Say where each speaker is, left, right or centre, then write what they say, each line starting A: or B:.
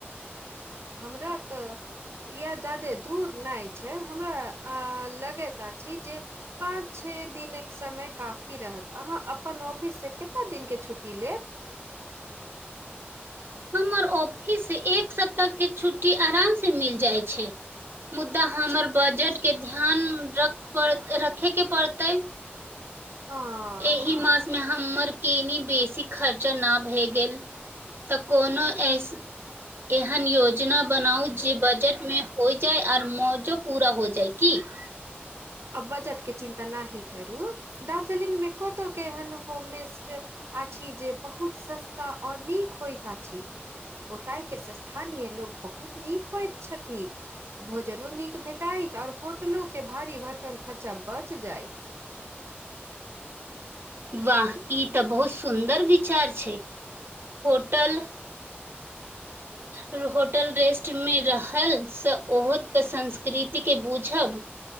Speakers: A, on the right; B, on the right.
A: हमरा तऽ या जादे दूर नय छै हमरा लगैत अछि जे पाँच छे दिनक समय काफी रहत अहाँ अपन ऑफिससँ कतेक दिनके छुट्टी लेब
B: हमर ऑफिस से एक सप्ताहके छुट्टी आरामसँ मिल जाइत छै मुदा हमर
A: अच्छा
B: बजटके ध्यान रखड़ रखयके पड़तै
A: हँ
B: एहि मासमे हमर केनि बेसी खर्चा ना भए गेल तऽ कोनो एस एहन योजना बनाउ जे बजटमे होइ जाय आर मौजो पूरा होय जाय की <inaudible>
A: आ बजट के चिन्ता नहि ही करू दार्जलिंग मे कत के एहन होम मे अछि जे बहुत सस्ता आऔर नीक होइत अछि ओताय के स्थानीय लोग बहुत नीक होइत छथि भोजनो नीक भेटाइत और होटलो के भारी भरकम खर्चा बच जायइत
B: वाह ई तऽ बहुत सुन्दर विचार छै होटल ह <inaudible> <inaudible> होटल रेस्टमे रहलसँ ओहोके संस्कृतिके बुझब